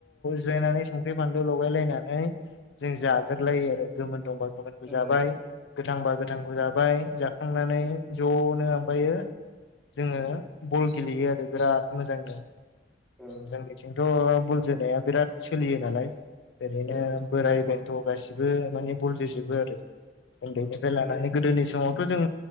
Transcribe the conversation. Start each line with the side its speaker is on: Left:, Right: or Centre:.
Left: जिरायनानै संख्रि फानलु लगाय लायनानै जों जाग्रोलाय नाय गोमोन दंबा गोमोनबो
Centre: औ
Left: जाबाय गोथांबा गोथांखौ जाबाय जाखांनानै ज'नो ओमफायो जोङो बल गेलेयो आरो बिराद मोजांनो
Centre: औ
Left: जोंनिथिंथ' बुल जोना बिराद सोलियो नालाय ओरैनो
Centre: औ
Left: बोराय बेंन्थ' गासिबो माने बल जजोबो आरोन्दैनि
Centre: औ जोंनि
Left: लानानै गोदोनि समाव जों